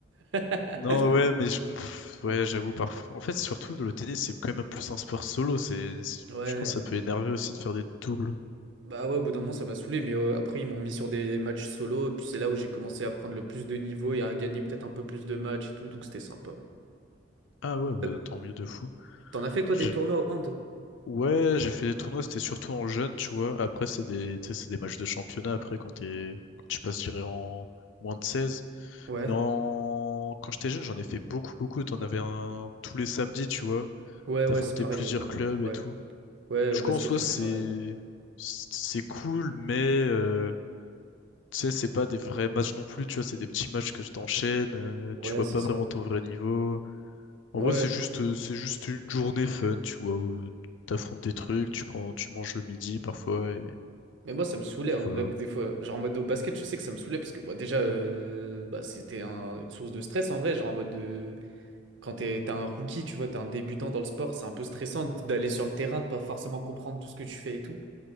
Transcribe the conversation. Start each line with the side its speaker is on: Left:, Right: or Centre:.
Right: <laughs>
Left: Non, ouais, mais je conf... Ouais, j'avoue, parfois. En fait, surtout, le tennis, c'est quand même plus un sport solo. C'est... c'est-
Right: Ouais.
Left: Je pense que ça peut énerver aussi de faire des doubles.
Right: Bah ouais, au bout d'un moment, ça m'a saoulé, mais euh, après, ils m'ont mis sur des matchs solo, et puis c'est là où j'ai commencé à prendre le plus de niveau et à gagner peut-être un peu plus de matchs et tout, donc c'était sympa.
Left: Ah ouais, bah,
Right: Euh,
Left: tant mieux de fou.
Right: T'en as fait, toi,
Left: J'ai-
Right: des tournois au hand?
Left: Ouais, j'ai fait des tournois, c'était surtout en jeune, tu vois. Après, c'est des... tu sais, c'est des matchs de championnat, après, quand t'es... quand tu passes, je dirais, en moins de 16.
Right: Ouais,
Left: Mais en... quand j'étais jeune, j'en ai fait beaucoup, beaucoup. T'en avais un tous les samedis, tu vois.
Right: ouais,
Left: T'affrontais
Right: ouais, c'est pareil.
Left: plusieurs
Right: euh,
Left: clubs
Right: Ouais,
Left: et tout.
Right: ouais,
Left: Du
Right: au basket,
Left: coup, en soi,
Right: on
Left: c'est
Right: faisait pareil.
Left: c'est cool, mais euh, tu sais, c'est pas des vrais matchs non plus. Tu vois, c'est des petits matchs que je t'enchaîne. euh,
Right: Ouais,
Left: tu vois
Right: c'est
Left: pas
Right: ça.
Left: vraiment ton vrai niveau.
Right: Ouais.
Left: En vrai, c'est juste euh, c'est juste une journée fun, tu vois, où t'affrontes des trucs, tu prends, tu manges le midi parfois, et
Right: Mais moi, ça me saoulait
Left: puis
Right: en
Left: voilà.
Right: vrai, des fois. Genre en mode au basket, je sais que ça me saoulait parce que bah, déjà, euh, bah, c'était un- une source de stress en vrai. Genre en mode de. Quand t'es, t'as un rookie, tu vois, t'es un débutant dans le sport, c'est un peu stressant d'aller sur le terrain, de pas forcément comprendre tout ce que tu fais et tout.